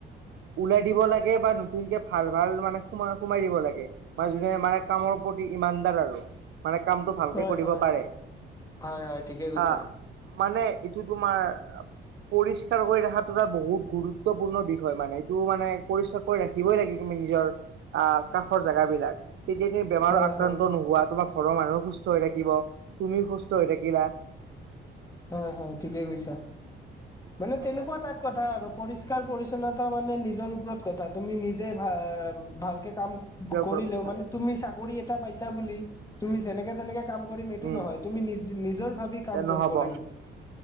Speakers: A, on the right; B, on the left.
A: ওলাই দিব লাগে বা নতুনকে ভাল ভাল মানে সোমাই সোমাই দিব লাগে ম যোনে মানে কামৰ প্ৰতি ইমানদাৰ আৰু মানে কামটো ভালকে
B: হয়
A: কৰিব
B: হয়
A: পাৰে
B: হয় হয় ঠিকে কৈছা
A: আহ মানে এইটো তোমাৰ পৰিষ্কাৰ কৰি ৰখাটো এটা বহুত গুৰুত্বপূৰ্ণ বিষয় মানে এইটো মানে পৰিষ্কাৰ ৰাখিবই লাগিব তুমি নিজৰ আহ কাষৰ জাগা বিলাক তেতিয়া তুমি বেমাৰো
B: হয়
A: আক্ৰান্ত
B: হয়
A: নোহোৱা তোমাৰ ঘৰৰ মানুহো সুস্থ হৈ থাকিব তুমিও সুস্থ হৈ থাকিলা
B: হয় হয় ঠিকে কৈছা মানে
A: নিজৰ
B: তেনেকুৱা টাইপ কথা আৰু পৰিষ্কাৰ পৰিছন্নতা মানে নিজৰ ওপৰত কথা তুমি নিজে ভ ভালকে কাম
A: ওপৰত
B: কৰিলেও
A: কথা
B: মানে তুমি চাকৰি এটা পাইছা বুলি তুমি যেনেকে তেনেকে কাম
A: উম
B: কৰিম এইটো
A: উম
B: নহয়, তুমি নিজ নিজৰ ভাবি কাম
A: নহ'ব।
B: কৰিব লাগিব।